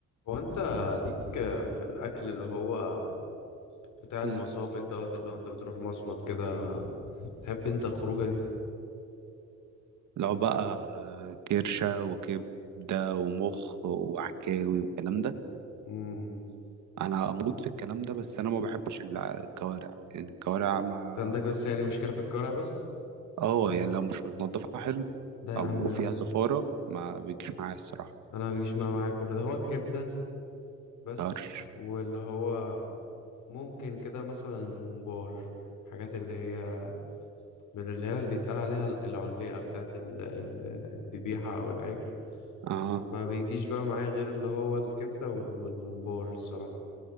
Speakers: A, on the left; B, on the right.
A: هو انت ليك في الاكل اللي هو بتاع المصامت
B: مم.
A: دوت اللي هو انت بتروح مصمت كده تحب انت الخروجه دي
B: لو بقى كرشة وكبدة ومخ وعكاوي والكلام ده
A: امم
B: أنا أموت في الكلام ده بس أنا ما بحبش الع- الكوارع يعني الكوارع ما
A: انت عندك بس يعني مشكله في الكرع بس
B: اه يعني لو مش متنضفة حلو
A: لا
B: أو
A: يا عم
B: فيها زفارة ما بيجيش معايا الصراحة
A: انا ما بيجيش معايا معايا كل ده هو الكبده بس
B: طرش
A: واللي هو ممكن كده مثلا الممبار حاجات اللي هي من اللي هي بيتقال عليها ال- العليقه بتاعت ال- ال- الذبيحه او العجل
B: اه
A: ما بيجيش بقى معايا غير اللي هو الكبده وال- والممبار الصراحه